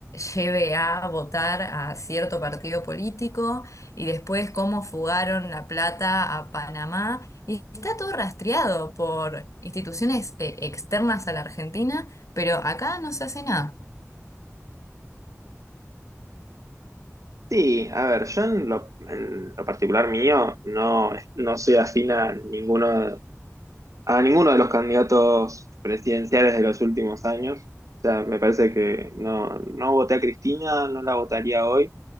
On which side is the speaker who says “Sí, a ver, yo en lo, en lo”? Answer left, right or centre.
Right